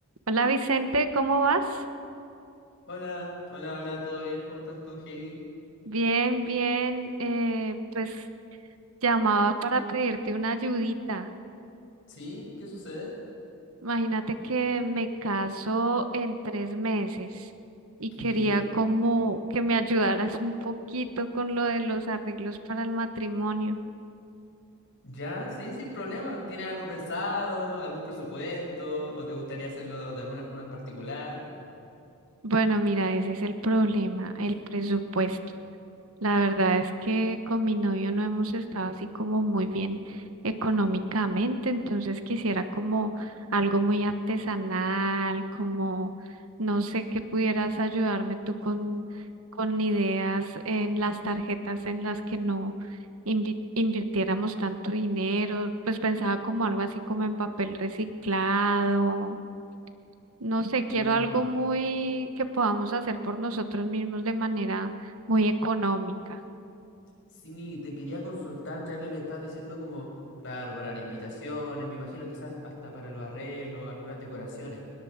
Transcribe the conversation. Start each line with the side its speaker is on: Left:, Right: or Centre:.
Right: Hola Vicente, ¿cómo vas?
Left: Hola, hola, hola, ¿todo bien? ¿Cómo estás tú, Heidi?
Right: Bien, bien. eh, pues llamaba para pedirte una ayudita.
Left: ¿Sí? ¿Qué sucede?
Right: Imagínate que me caso en tres meses y
Left: ¿Qué?
Right: quería como que me ayudaras un poquito con lo de los arreglos para el matrimonio.
Left: Ya, sí, sin problema. ¿Tienes algo pensado, algún presupuesto o te gustaría hacerlo de alguna forma en particular?
Right: Bueno, mira, ese es el problema, el presupuesto. La verdad es que con mi novio no hemos estado así como muy bien económicamente, entonces quisiera como algo muy artesanal, como no sé qué pudieras ayudarme tú con, con ideas en las tarjetas en las que no invi- invirtiéramos tanto dinero, pues pensaba como algo así como en papel reciclado, no sé, quiero
Left: Mm,
Right: algo muy que podamos hacer por nosotros mismos de manera muy económica.
Left: Sí, te quería consultar, ya que me estás diciendo como, claro, para las invitaciones, me imagino quizás hasta para los arreglos, algunas decoraciones.